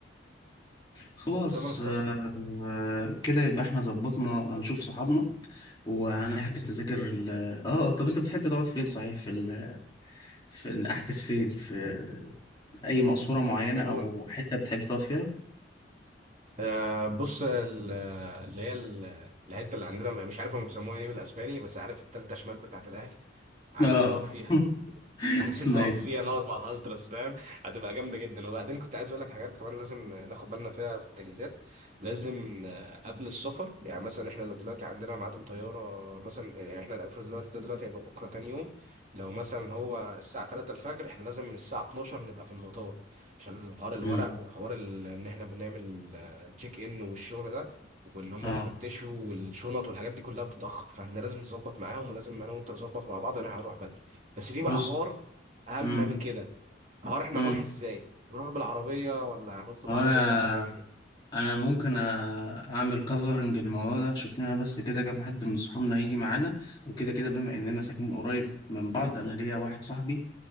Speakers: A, on the left (about 25°); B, on the right (about 40°).
A: خلاص
B: شاء الله مش
A: آه،
B: تحصل
A: آه، كده يبقى احنا ظبطنا هنشوف صحابنا وهنحجز تذاكر ال... اه آه، طب انت بتحب تقعد فين صحيح في ال... في ال- احجز فين في اي مقصورة معينة
B: لون
A: او حتة بتحب تقعد فيها
B: آه، بص ال- اللي هي ال- الحته اللي عندنا مش عارف هم بيسموها ايه بالاسباني بس عارف التالتة شمال بتاعت الاهلي عايزين
A: اه
B: نقعد فيها
A: <laughs>
B: عشان
A: ماشي
B: نقعد فيها نقعد مع الالتراس فاهم هتبقى جامده جدا وبعدين كنت عايز اقول لك حاجات كمان لازم ناخد بالنا فيها في التجهيزات لازم آه، قبل السفر يعني مثلا احنا لو دلوقتي عندنا ميعاد الطياره مثلا يعني احنا المفروض دلوقتي ده دلوقتي هيبقى بكره تاني يوم لو مثلا هو الساعه 3 الفجر احنا لازم من الساعه 12 نبقى في المطار عشان حوار الورق
A: مم.
B: وحوار ال- ان احنا بنعمل تشيك ان والشغل ده واللي هم
A: اه
B: بيفتشوا والشنط والحاجات دي كلها بتتاخر فاحنا لازم نظبط معاهم ولازم انا وانت نظبط مع بعض انا هروح بدري بس في
A: بص
B: بقى حوار اهم
A: مم.
B: من كده هو احنا
A: مم.
B: هنروح ازاي نروح بالعربيه ولا هنطلب
A: هو
B: عربيه
A: انا
B: ولا هنعمل ايه
A: انا ممكن أ- اعمل كفرنج الموضوع ده شوف لنا بس كده كام حد من صحابنا يجي معانا وكده كده بما اننا ساكنين قريب من بعض انا ليا واحد صاحبي